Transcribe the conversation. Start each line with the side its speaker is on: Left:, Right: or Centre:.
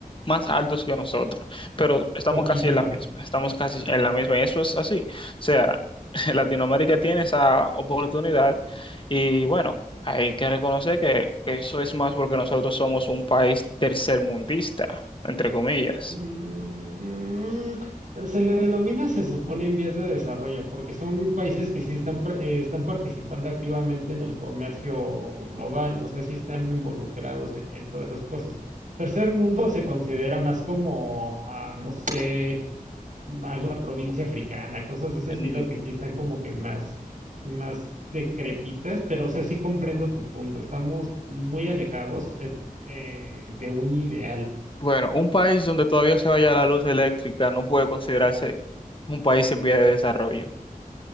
Left: más altos que nosotros, pero estamos
Right: Poquitito.
Left: casi en la misma, estamos casi en la misma y eso es así. O sea, <laughs> Latinoamérica tiene esa oportunidad y bueno, hay que reconocer que eso es más porque nosotros somos un país tercermundista, entre comillas.
Right: Mm, mm, se le denomina, se supone, en vías de desarrollo, porque son países que sí están, par- eh, están participando activamente en el comercio global, o sea, sí están involucrados en, en todas esas cosas. Tercer mundo se considera más como, ah, no sé, alguna provincia africana, cosas de ese
Left: Mm,
Right: estilo que sí están como que más, más decrépitas, pero o sea, sí comprendo tu punto, estamos muy alejados, eh, eh, de un ideal.
Left: Bueno, un país donde todavía se vaya la luz eléctrica no puede considerarse un país en vía de desarrollo.